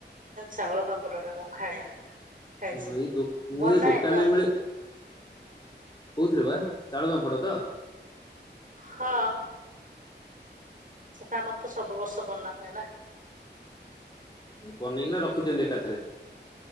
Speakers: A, on the right; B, on the left.
A: ଚାଉଳ ପାମ୍ପଡଟା ଖାଏ। ଖାଇଛି
B: ହ ଏଇ ମୁଁ
A: ବନାଏ
B: ସେ ଦୋକାନରେ
A: ତ
B: ମିଳେ କୋଉଥିରେ ବା ଚାଉଳ ପମ୍ପଡ ତ <inaudible>
A: ହଁ ସଟା ମତ ତ ସବୁ ବର୍ଷ ବନା ହୁଏ ନା
B: ପନି କିରା ଚନ୍ତି ଏକାଥରେ।